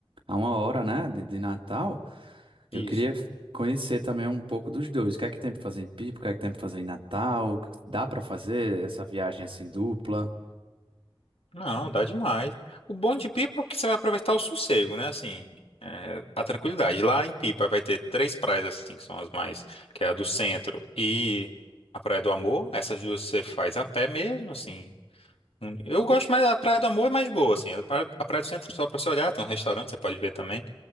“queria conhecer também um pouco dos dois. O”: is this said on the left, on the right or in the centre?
Right